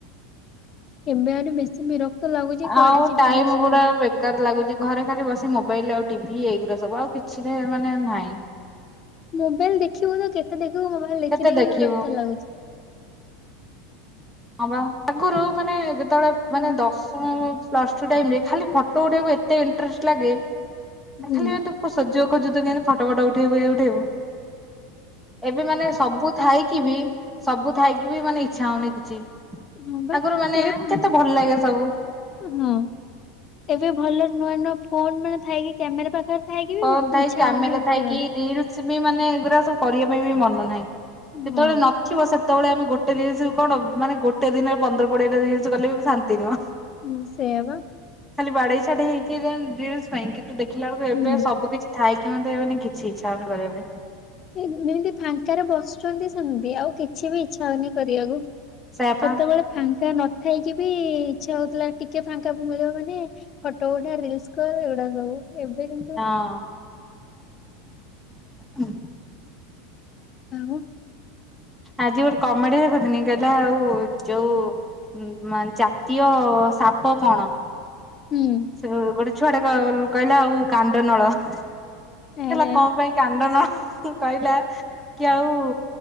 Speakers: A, on the left; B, in the centre.
A: ଏବେ ଆହୁରି ବେଶୀ ବିରକ୍ତ ଲାଗୁଛି କୁଆଡେ
B: ଆଉ
A: ଯିବା
B: ଟାଇମ
A: ଆସିବା
B: ଗୁଡା
A: ନାହିଁ।
B: ବେକାର ଲାଗୁଛି ଘରେ ଖାଲି ବସି ମୋବାଇଲ ଆଉ ଟିଭି ଏଇଗୁଡା ସବୁ ଆଉ କିଛି ବି ମାନେ ନାହିଁ।
A: ମୋବାଇଲ ଦେଖିବୁ ତ କେତେ ଦେଖିବୁ ମୋବାଇଲ ଦେଖି
B: କେତେ
A: ଦେଖି
B: ଦେଖିବୁ
A: ବିରକ୍ତ ଲାଗୁଛି।
B: ହଁ ବା ଆଗରୁ ମାନେ ଯେତେବେଳେ ମାନେ
A: ହଁ।
B: ଦଶମ ପ୍ଲସ ଟୁ ଟାଇମ ରେ ଖାଲି ଫଟୋ ଉଠିବାକୁ ଏତେ ଇଣ୍ଟରେଷ୍ଟ ଲାଗେ
A: ହୁଁ
B: ଖାଲି ଏମିତି ସୁଯୋଗ ଖୋଜୁଥିବୁ କେମତି ଫଟୋ ଫଟୋ ଉଠେଇବୁ ଇଏ ଉଠେଇବୁ ଏବେ ମାନେ ସବୁ ଥାଇକି ବି ସବୁ ଥାଇକି ବି ମାନେ ଇଚ୍ଛା ହଉନି କିଛି
A: ହଁ ବା
B: ଆଗରୁ ମାନେ
A: ଏବେ ଫା
B: କେତେ ଭଲ ଲାଗେ ସବୁ
A: ହଁ ହିଁ ଏବେ ଭଲ ନୂଆ ନୂଆ ଫୋନ ମାନେ ଥାଇକି କ୍ୟାମେରା ପାଖରେ ଥାଇକି ବି
B: ହଁ
A: ଉଠ-
B: ଥାଇ
A: ଇଚ୍ଛା
B: କ୍ୟାମେରା
A: ହଉନି ଉଠିବାକୁ।
B: ଥାଇ କି ରିଲସ ବି ମାନେ ଏଗୁଡା ସବୁ କରିବା ପାଇଁ ବି ମନ ନାହିଁ ସେତେବେଳେ
A: ହଁ
B: ନ ନଥିବ ସେତେବେଳେ ଆମେ ଗୋଟେ ରିଲ୍ସ୍ କଣ ମାନେ ଗୋଟେ ଦିନରେ ପନ୍ଦର କୋଡିଏ ଟା ରିଲ୍ସ କଲେ ବି ଶାନ୍ତି ନୁହଁ
A: ହୁଁ ସେଇଆ ବା
B: ଖାଲି ବାଡେଇ ଛାଟୀ ହେଇକି ଦେନ୍ ରିଲ୍ସ ପାଇଁ କିନ୍ତୁ ଦେଖା ବେଳକୁ ଏ ଏବେ
A: ହୁଁ।
B: ସବୁ କିଛି ଥାଇକି ମଧ୍ୟ ମାନେ କିଛି ଇଚ୍ଛା ହଉନି କରିବା ପାଇଁ
A: ଏମିତି ଫାଙ୍କାରେ ବସୁଛନ୍ତି ସେମିତି ଆଉ କିଛି ବି ଇଚ୍ଛା ହଉନି କରିବାକୁ
B: ସେୟା ପା
A: ସେତେବେଳେ ଫାଙ୍କା ନଥାଇକି ବି ଇଛା ହଉଥିଲା ଟିକେ ଫାଙ୍କା ମିଳିବ ମାନେ ଫଟୋ ଉଥା ରିଲ୍ସ କର ଏଗୁଡା ସବୁ ଏବେ କିନ୍ତୁ
B: ହଁ ହୁ
A: ଆଉ
B: ଆଜି ଗୋଟେ କମେଡି ଦେଖୁଥିନି କହିଲା ଆଉ ଯୋଉ ମ ମାନେ ଜାତୀୟ ସାପ କଣ
A: ହୁଁ
B: ସେ ଗୋଟେ ଛୁଆଟା କହିଲା ଆଉ କାଣ୍ଡ ନଳ କହିଲା
A: ଆରେ
B: କଆଁ ପାଇଁ କାଣ୍ଡ ନାଳ କହିଲା। କି ଆଉ